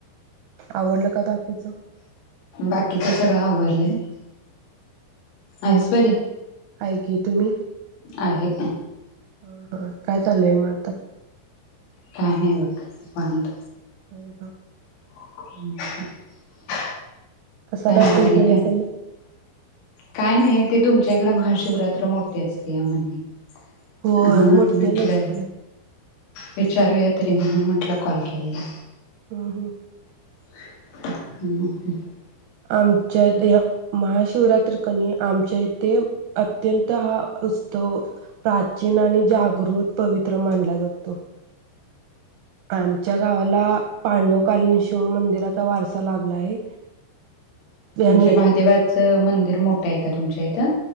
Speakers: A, on the right (about 80°); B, on the left (about 75°).
A: आवडलं का बाकीचं?
B: बाकीचं सगळं आवरलय. आईस बरी?
A: आहे की तुम्ही?
B: आहे.
A: हा, हा, काय चालू आहे मग आता?
B: काय नाही बघ.. निवांत
A: हम् हम् <unintelligible>
B: <inaudible>
A: तसं काय
B: मग
A: फल
B: आणि
A: केलं
B: काय
A: असेल ना.
B: काय नाही, ते तुमच्या इकडे महाशिवरात्र मोठी असते या म्हणे.
A: होय,
B: म्हणून
A: मोठ्या
B: म्हटलं
A: नसत्या.
B: विचारूया तरी मी म्हटलं कॉल केलेला.
A: हं हं
B: हं
A: आमच्या इथे महाशिवरात्र कनी आमच्या इथे अत्यंत हा उत्सव प्राचीन आणि जागृत पवित्र मानला जातो. आमच्या गावाला पांडवकालीन शिव मंदिराचा वारसा लाभला आहे. त्यानी
B: म्हणजे, महादेवाचं मंदिर मोठं आहे का तुमच्या इथं?